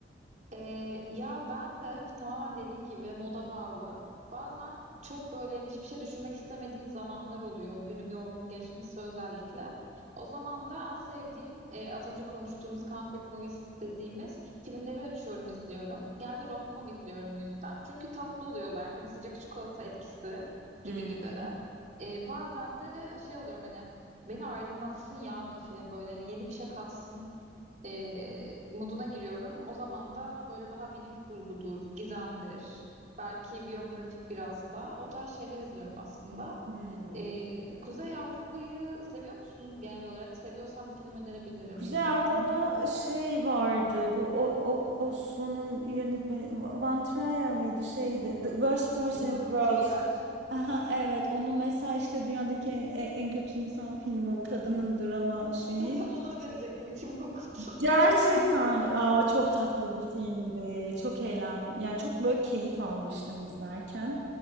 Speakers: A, on the right (about 45°); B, on the right (about 80°).
A: Ee, ya ben de tamamen dediğin gibi moda bağlı. Bazen çok böyle hani hiçbir şey düşünmek istemediğim zamanlar oluyor. Günüm yorgun geçmişse özellikle. O zaman da en sevdiğim e, az önce konuştuğumuz comfort movies dediğimiz filmleri açıyorum izliyorum. Genelde rom-com izliyorum o yüzden. Çünkü tatlı oluyorlar. Hani sıcak çikolata etkisi
B: Hmm.
A: gibi gibi. Ee, bazen de şey oluyorum hani beni aydınlatsın ya bu film böyle hani yeni bir şey katsın e, moduna giriyorum. O zaman da böyle daha bilim kurgudur, gizemdir, belki biyografik biraz da o tarz şeyler izliyorum aslında.
B: Hmm.
A: E, Kuzey Avrupa'yı seviyor musun genel olarak? Seviyorsan bir film önerebilirim
B: Kuzey
A: diyecektim.
B: Avrupa'da şey vardı. Bu o, o Oslo'nun yönetmeni Va- Van Trier miydi Şeydi. The Worst Person
A: Joachim
B: in the World.
A: Trier.
B: Aha evet. Onu mesela işte dünyadaki en, en kötü insan filmi o kadının drama şeyi.
A: <laughs> Tam onu önerecektim, içimi <laughs> okudum.
B: Gerçekten aa, çok tatlı bir filmdi. Çok eğlen yani çok böyle keyif almıştım izlerken.